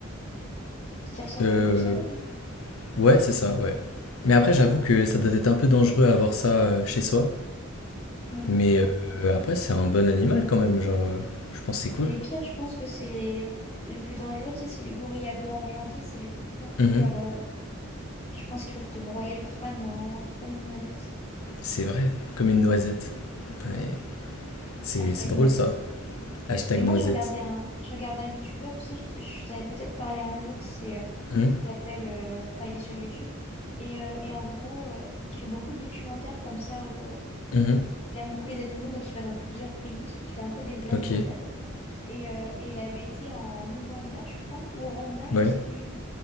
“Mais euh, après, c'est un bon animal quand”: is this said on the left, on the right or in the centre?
Left